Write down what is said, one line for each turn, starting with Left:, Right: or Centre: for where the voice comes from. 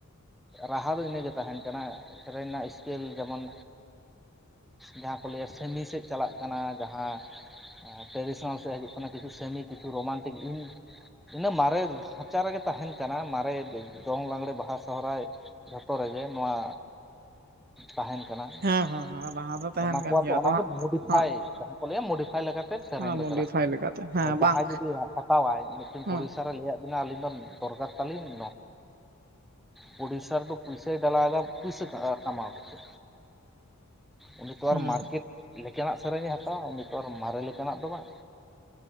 Centre: ᱨᱟᱦᱟ ᱫᱚ ᱤᱱᱟᱹᱜᱮ ᱛᱟᱦᱮᱱ ᱠᱟᱱᱟ ᱥᱮᱨᱮᱧ ᱨᱮᱱᱟᱜ ᱮᱥᱠᱤᱞ ᱡᱮᱢᱚᱱ ᱡᱟᱦᱟᱸ ᱠᱚ ᱞᱟᱹᱭᱟ ᱥᱮᱢᱤ ᱥᱮᱫ ᱪᱟᱞᱟᱜ ᱠᱟᱱᱟ ᱡᱟᱦᱟᱸ ᱴᱮᱨᱤᱥᱚᱱᱟᱞ ᱥᱮᱫ ᱦᱤᱡᱩᱜ ᱠᱟᱱᱟ ᱠᱤᱪᱷᱩ ᱥᱮᱢᱤ ᱠᱤᱪᱷᱩ ᱨᱳᱢᱟᱱᱴᱤᱠ ᱤᱧ ᱤᱱᱟᱹᱜ ᱢᱟᱨᱮ ᱫᱷᱟᱪᱟ ᱨᱮᱜᱮ ᱛᱟᱦᱮᱱ ᱠᱟᱱᱟ ᱢᱟᱨᱮ ᱫᱚᱝ ᱞᱟᱜᱽᱲᱮ ᱵᱟᱦᱟ ᱥᱚᱦᱨᱟᱭ ᱡᱷᱚᱛᱚ ᱨᱮᱜᱮ ᱱᱚᱣᱟ ᱛᱟᱦᱮᱱ ᱾ ᱚᱱᱟ
Right: ᱦᱮᱸ ᱦᱮᱸ ᱦᱮᱸ ᱞᱟᱦᱟ ᱫᱚ ᱛᱟᱦᱮᱱ ᱠᱟᱱ
Centre: ᱠᱚ ᱟᱛᱮ
Right: ᱜᱮᱭᱟ
Centre: ᱚᱱᱟ
Right: ᱟᱫᱚ
Centre: ᱜᱮ ᱢᱚᱰᱤᱯᱷᱟᱭ
Right: ᱦᱟᱸᱜ
Centre: ᱡᱟᱦᱟᱸ ᱠᱚ ᱞᱟᱹᱭᱟ ᱢᱚᱰᱤᱯᱷᱟᱭ ᱞᱮᱠᱟ ᱛᱮ ᱥᱮᱨᱮᱧ
Right: ᱦᱟᱸᱜ
Centre: ᱫᱚ
Right: ᱢᱚᱰᱤᱯᱷᱟᱭ
Centre: ᱪᱟᱞᱟᱜ
Right: ᱞᱮᱠᱟᱛᱮ ᱦᱮᱸ
Centre: ᱠᱟᱱᱟ ᱡᱟᱦᱟᱸᱭ
Right: ᱵᱟᱝ
Centre: ᱡᱩᱫᱤ ᱦᱟᱛᱟᱣᱟᱭ ᱢᱤᱫᱴᱮᱱ
Right: ᱦᱮᱸ
Centre: ᱯᱨᱚᱰᱤᱥᱟᱨ ᱨᱮ ᱞᱟᱹᱭᱟ <inaudible> ᱟᱹᱞᱤᱧ ᱫᱚ ᱫᱚᱨᱠᱟᱨ ᱛᱟᱹᱞᱤᱧ ᱯᱨᱚᱰᱩᱥᱟᱨ ᱫᱚ ᱯᱩᱭᱥᱟᱹᱭ ᱰᱟᱞᱟᱣᱮᱫᱟ ᱯᱩᱭᱥᱟᱹ ᱠᱟᱢᱟᱣ ᱠᱟᱛᱮ ᱩᱱᱤ ᱛᱚ
Right: ᱦᱮᱸ
Centre: ᱟᱨ ᱢᱟᱨᱠᱮᱴ ᱞᱮᱠᱟᱱᱟᱜ ᱥᱮᱨᱮᱧ ᱮ ᱦᱟᱛᱟᱣᱟ ᱩᱱᱤ ᱛᱚ ᱢᱟᱨᱮ ᱞᱮᱠᱟᱱᱟᱜ ᱫᱚ ᱵᱟᱝ